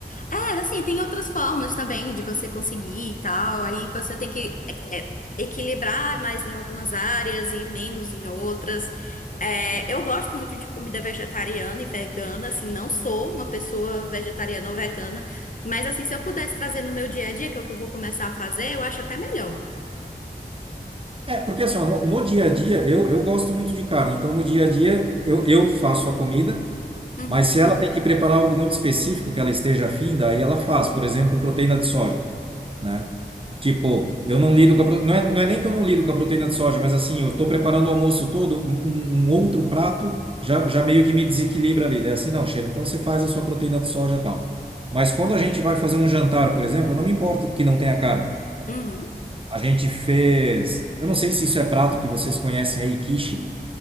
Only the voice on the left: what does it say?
É, assim, tem outras formas também de você conseguir e tal. Aí você tem que é, equilibrar mais em algumas áreas e menos em outras. É, eu gosto muito de comida vegetariana e vegana, assim, não sou uma pessoa vegetariana ou vegana, mas assim, se eu pudesse trazer no meu dia a dia, que é o que eu vou começar a fazer, eu acho até melhor.
Uhum,
uhum.